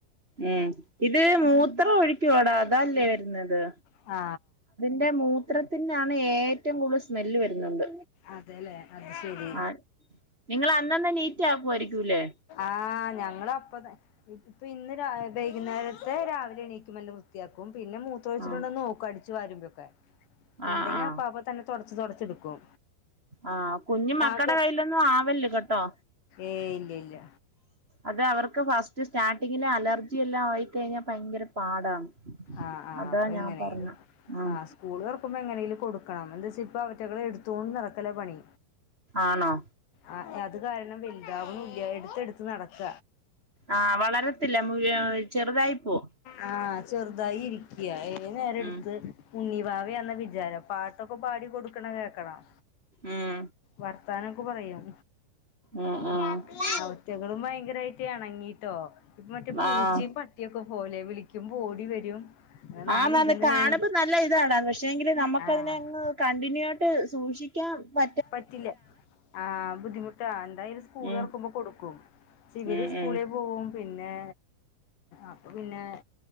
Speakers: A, on the right; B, on the left.
A: ഉം. ഇത് മൂത്രം ഒഴികൂവോടാ അതല്ലേ വരുന്നത്.
B: ആ
A: തിന്റെ മൂത്രത്തിനാണ് ഏറ്റവും കൂടുതൽ സ്മെല്ല് വരുന്നുണ്ട്.
B: അതെല്ലേ അത് ശരി
A: ആ നിങ്ങളന്നന്ന് നീറ്റ് ആക്കുമായിരിക്കുല്ലേ?
B: ആ ഞങ്ങളപ്പത ഇപ്പൊ ഇന്ന് ര വൈകുന്നേരത്തെ രാവിലെ എണക്കുമ്പൊന്നെ വൃ വൃത്തിയാക്കും പിന്നെ മൂത്രമൊഴിച്ചിട്ടുണ്ടോന്ന്
A: ആഹ്
B: നോക്കും അടിച്ചു വരുമ്പൊക്കെ.
A: ആഹ്
B: ഇണ്ടെങ്കി
A: ആഹ്
B: അപ്പാപ്പ തന്നെ തുടച്ചു തുടച്ചെടുക്കും.
A: ആ കുഞ്ഞു മക്കടെ
B: പാക
A: കയ്യിലൊന്നും ആവല്ല്കേട്ടോ?
B: ഏയ് ഇല്ല്യല്ല്യ
A: അത് അവർക്ക് ഫസ്റ്റ് സ്റ്റാർട്ടിങ്ങില് അലർജി എല്ലാം ആയിക്കഴിഞ്ഞാ ഭയങ്കര പാടാണ്.
B: ആ ആ
A: അതാ
B: അപ്പൊ
A: ഞാൻ
B: എങ്ങനേലും
A: പറഞ്ഞെ ആഹ്
B: ആസ് കൂള് തുറക്കുമ്പോ എങ്ങനെയെങ്കിലും കൊടുക്കണം. എന്റെ ശിഫ അവറ്റകളെ എടുത്തോണ്ട് നടക്കലാ പണി.
A: ആണോ?
B: ആ അത് കാരണം വലുതാവണു ഇല്ല. എടുത്ത് എടുത്ത് നടക്ക
A: ആ വളരത്തില്ല മു ചെറുതായി പോവും.
B: ആ ചെറുതായി ഇരിക്കാ. ഏതു നേരം എടുത്ത്
A: ഉം
B: ഉണ്ണി വാവയാന്നാ വിചാരം. പാട്ടു ട്ടൊക്കെ പാടി കൊടുക്കണ കേക്കണം.
A: ഉം
B: വർത്താനൊക്കെ പറയും.
A: ഉം
B: കുട്ടാപ്പി
A: ഉം
B: അവ റ്റകളും ഭയങ്കരായിട്ട് ഇണങ്ങിയിട്ടോ. ഇപ്പം മറ്റേ പൂച്ചയും
A: ആഹ്
B: പട്ടിയൊക്കെ പോലെ വിളിക്കുമ്പോ ഓടി വരും നമ്മള്
A: ആന്നാന്ന്
B: ഇരുന്ന്
A: കാണുമ്പോ
B: കഴി
A: നല്ല ഇതാടാ. പക്ഷെങ്കില് നമുക്കതിനെ
B: ആഹ്
A: അങ് കണ്ടിന്യൂ ആയിട്ട് സൂക്ഷി ക്കാൻ പ
B: പറ്റില്ല ആ ബുദ്ധിമുട്ടാ എന്തായാലും സ്കൂള്
A: ഉം
B: തൊറക്കുമ്പോ കൊടുക്കും. ഇവര്
A: ഉം
B: സ്കൂളേ
A: ഉം
B: പോവും പിന്നെ അപ്പൊ പിന്നെ